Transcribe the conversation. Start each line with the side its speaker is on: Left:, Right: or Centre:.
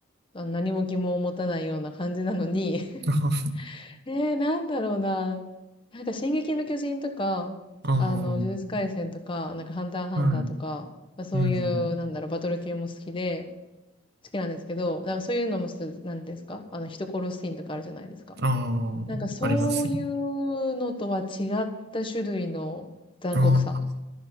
Left: あ何も疑問を持たないような感じなのに、
Right: <laughs>
Left: <laughs> えー、なんだろうな。なんか、進撃の巨人とか、
Right: あは、
Left: あの、
Right: あ
Left: 呪術廻戦とか、なんか、ハンターハンターとか、
Right: あ、はい。
Left: まあ、そういう、
Right: うん。
Left: なんだろう、バトル系も好きで、好きなんですけど、だからそういうのもす、なんていうんですかあの、人殺すシーンとかあるじゃないですか。
Right: ああ、
Left: なんかそういうのとは違った種類の残酷さ。
Right: ありますね。ああ、